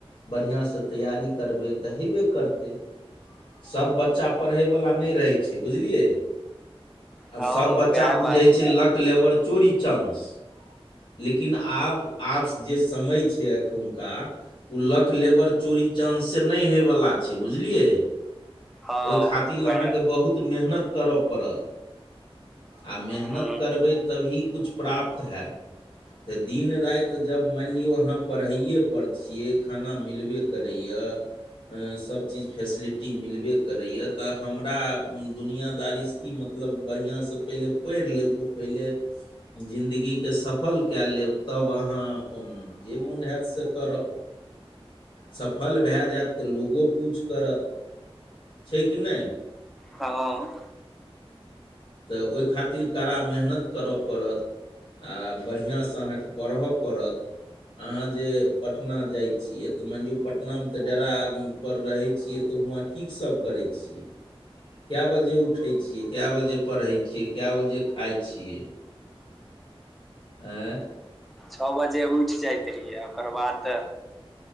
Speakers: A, on the left; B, in the centre.
A: बढ़िआँसँ तैयारी करबै तऽ हेबे करतै सभ बच्चा सब बच्चा पढ़ ब नै रह छै, बुझलिये आ
B: हँ
A: सब बच्चा
B: वएह
A: बुझे
B: बात छै
A: छे, लक लेअवर चोरी चानं्स लेकिन आब -आब जे समय छै एखुनका ओ लक लेबर चोरी चानस से नहि होवला छै बुझलियै।
B: हँ
A: ओहि खातिर लए
B: वएह
A: अहाँके बहुत मेहनत करय पड़त। आओर मेहनत
B: हूँ
A: करबै तभी किछु, प्राप्त हैत दिन राईत्र जब मायणलियो आहाँ पढ़ैए पर छियै खाना मिलबे करैए सब चीज फैसिलिटी मिलबे करैए तऽ हमरा दुनिया दारी श की मतलब बढ़िआँ सँ पहिले पढ़ि लेब पहिले जिन्दगीके सफल कए लेब तब अहाँ अपन जे मोन हैत से करब सफल भए जायत तऽ लोगो पूछ करत छै कि नैय।
B: ह
A: तऽ ओई खातिर कड़ा मेहनत करय पड़त आ बढ़िआँसँ अहाँकेँ पढ़य पड़त अहाँ जे पटना जाइ छियै तऽ मानि लियौ पटना मे तऽ डेरा पर रहे छियै तऽ उंहा की सब करै छियै, कए बजे उठै छियै, कए बजे पढ़ै छियै, केंय बजे खाइ छियै। ऐं
B: छ बजे उठि जाइत रहियै ओकर बाद त